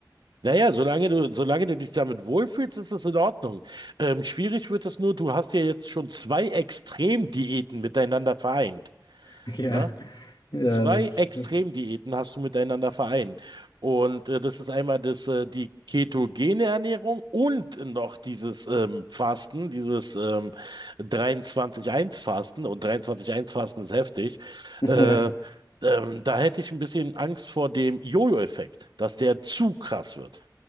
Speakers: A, on the right; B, on the left.
A: Naja, solange du, solange du dich damit wohlfühlst, ist das in Ordnung. Ähm, schwierig wird es nur, du hast ja jetzt schon zwei Extremdiäten miteinander vereint.
B: <laughs> Ja,
A: Ne?
B: ja,
A: Zwei
B: das,
A: Extremdiäten hast du miteinander vereint. Und äh, das ist einmal das, äh, die ketogene Ernährung und noch dieses ähm, Fasten, dieses ähm, 23-1-Fasten. Und 23-1-Fasten ist heftig.
B: <laughs>
A: Äh,
B: ja.
A: ähm, da hätte ich ein bisschen Angst vor dem Jojo-Effekt, dass der zu krass wird.